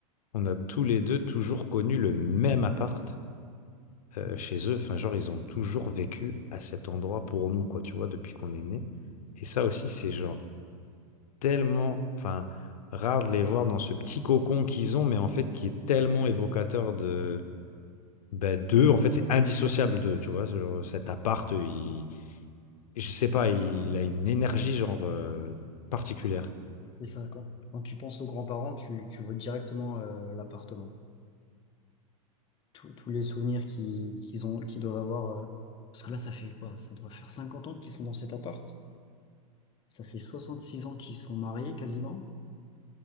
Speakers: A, on the left; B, on the left.
A: on a tous les deux toujours connu le même appart. euh,
B: Oui.
A: chez eux, enfin genre ils ont toujours vécu à cet endroit pour nous quoi, tu vois, depuis qu'on est né. Et ça aussi c'est genre tellement, enfin, rare de les voir dans ce petit cocon qu'ils ont, mais en fait, qui est tellement évocateur de, bah, d'eux. En fait, c'est indissociable d'eux, tu vois. ce genre, cet appart, il, je sais pas, il a une énergie, genre, euh, particulière.
B: Et ça, quand, quand tu penses aux grands-parents, tu, tu vois directement euh, l'appartement. Tous tous les souvenirs qu'ils qu'ils ont, qu'ils doivent avoir. euh, parce que là, ça fait quoi? Ça doit faire 50 ans qu'ils sont dans cet appart. Ça fait 66 ans qu'ils sont mariés quasiment.